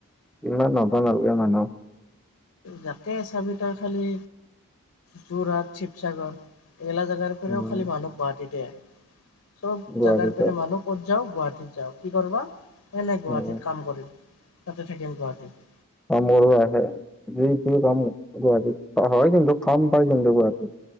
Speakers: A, in the centre; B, on the left.
A: ইমান নবাম আৰু এই মানুহ।
B: যাতে চাবিত খালী, যোৰহাট শিৱসাগৰ গেলা জেগাৰ পৰােৰেও
A: উম
B: খালি মানুহ, গুৱাহাটীতে চব
A: গুৱাহাটীত
B: জেগাৰ পেৰে মানুহ ক যাওঁ গুৱাহাটীত যাওঁ, কি কৰিবা এনে গুৱাহাটীত
A: উম
B: কাম কৰিম, তাতে থাকিম গুৱাহাটীত।
A: অ', মোৰ আহে দুই কম গুৱাহাটীত, হয় কিন্তু কাম পায় কিন্তু গুৱাহাটীত।